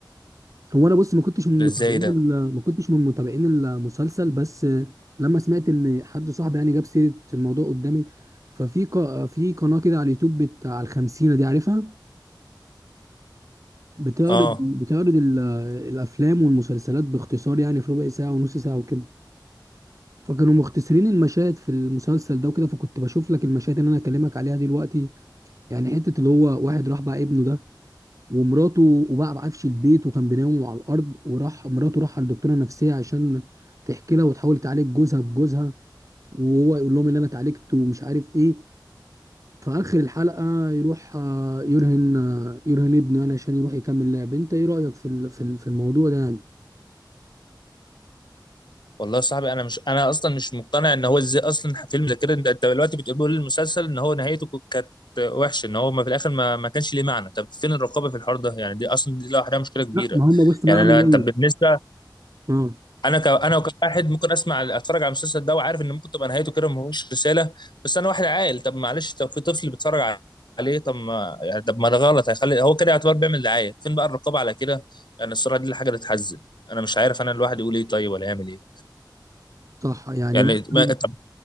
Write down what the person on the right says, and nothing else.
هو أنا بص ما كنتش من
متابعين
ال- ما كنتش من متابعين المسلسل بس آه، لما سمعت إن حد صاحبي يعني جاب سيرة الموضوع قدامي ففي ق- في قناة كده على اليوتيوب بتاع الخمسينة دي عارفها بتعرض
بتعرض ال- الأفلام والمسلسلات باختصار يعني في ربع ساعة ونص ساعة وكده فكانوا مختصرين المشاهد في المسلسل ده وكده فكنت بشوف لك المشاهد اللي انا اكلمك عليها دلوقتي يعني حته اللي هو واحد راح بقى ابنه ده ومراته وبقى بعفش البيت وكان بينام على الارض وراح مراته راح على الدكتوره النفسيه عشان تحكي لها وتحاول تعالج جوزها بجوزها وهو يقول لهم اللي انا اتعالجت ومش عارف ايه في اخر الحلقه يروح آه، يرهن آه، يرهن ابنه يعني عشان يروح يكمل لعب انت ايه رايك في ال- في ال- في الموضوع ده يعني
لا ما هم بص بقى
عملوا
ايه
اه
صح يعني
مثلا